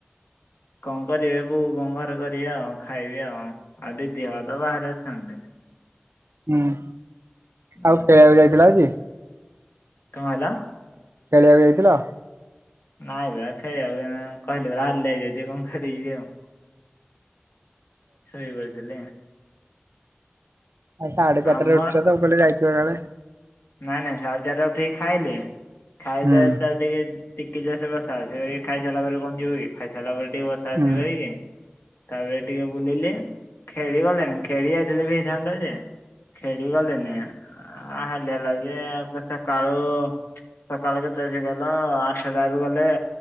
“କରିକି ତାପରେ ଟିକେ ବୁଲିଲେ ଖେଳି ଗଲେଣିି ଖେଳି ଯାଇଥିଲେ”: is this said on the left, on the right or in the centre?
Left